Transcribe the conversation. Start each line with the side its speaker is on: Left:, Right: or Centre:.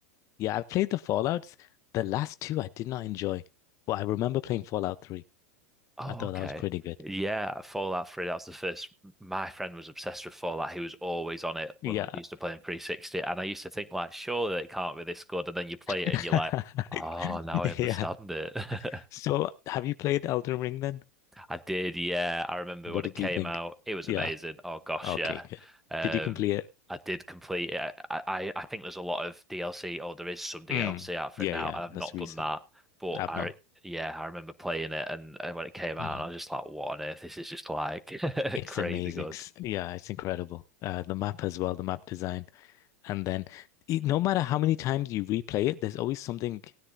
Left: yeah, I played the Fallouts. The last two I did not enjoy, but I remember playing Fallout 3.
Centre: Oh,
Left: I thought
Centre: okay.
Left: that was pretty good.
Centre: Yeah, Fallout 3, that was the first. My friend was obsessed with Fallout. He was always on it
Left: Yeah.
Centre: when we used to play in 360. And I used to think, like, surely it can't be this good. And then you play
Left: <laughs>
Centre: it and you're like, oh, now I understand
Left: Yeah.
Centre: it.
Left: So
Centre: <laughs>
Left: have you played Elden Ring then?
Centre: I did, yeah. I remember
Left: What
Centre: when
Left: did
Centre: it came
Left: you think?
Centre: out. It was
Left: Yeah.
Centre: amazing. Oh gosh,
Left: Okay,
Centre: yeah.
Left: good.
Centre: Um,
Left: Did you complete it?
Centre: I did complete it. I, I, I think there's a lot of DLC, or there is some DLC
Left: Mm.
Centre: out for
Left: Yeah,
Centre: it now.
Left: yeah.
Centre: I've
Left: That's
Centre: not
Left: recent.
Centre: done that, but
Left: I've
Centre: I,
Left: not.
Centre: yeah, I remember playing it and, and when it came out,
Left: Mm.
Centre: and I was just like, what on earth? This is just like
Left: It's
Centre: <laughs> crazy
Left: amazing.
Centre: good.
Left: S- Yeah, it's incredible. Uh, the map as well, the map design. And then e- no matter how many times you replay it, there's always something